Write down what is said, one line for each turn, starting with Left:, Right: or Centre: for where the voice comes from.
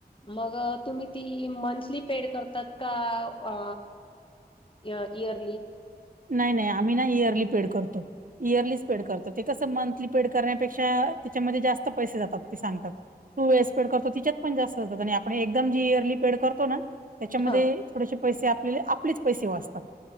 Left: मग तुम्ही ती मंथली पेड करतात का अ इयरली?
Right: नाही नाही आम्ही ना इयरली पेड करतो इयरलीच पेड करतो. ते कसं मंथली पेड करण्यापेक्षा त्याच्यामध्ये जास्त पैसे जातात ते सांगतात. टू इयर्स पेड करतो तिच्यात पण जास्त असतात आणि आपण एकदम जी इयरली पेड करतो ना त्याच्यामध्ये
Left: हा
Right: थोडसे पैसे आपल्या आपलेच पैसे वाचतात.